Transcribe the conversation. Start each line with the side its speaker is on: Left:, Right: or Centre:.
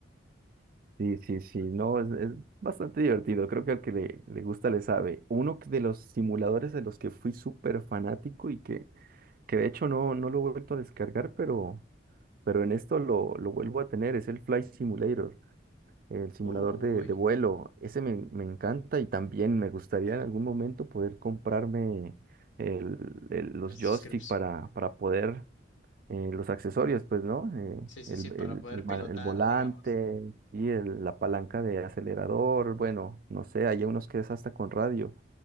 Right: Sí, sí, sí, no, es, es bastante divertido. Creo que al que le, le gusta le sabe. Uno que- de los simuladores de los que fui súper fanático y que, que de hecho no, no lo he vuelto a descargar, pero, pero en esto lo, lo vuelvo a tener, es el Flight Simulator, el simulador
Left: Uy,
Right: de, de vuelo. Ese me, me encanta y también me gustaría en algún momento poder comprarme el- el- los
Left: la suscripción.
Right: joystick para, para poder eh, los accesorios, pues, ¿no? Eh,
Left: Sí, sí,
Right: el,
Left: sí, para
Right: el-
Left: poder
Right: el ma-
Left: pilotar,
Right: el volante
Left: digamos, ¿no?
Right: y el- la palanca de acelerador, bueno, no sé, hay unos que es hasta con radio.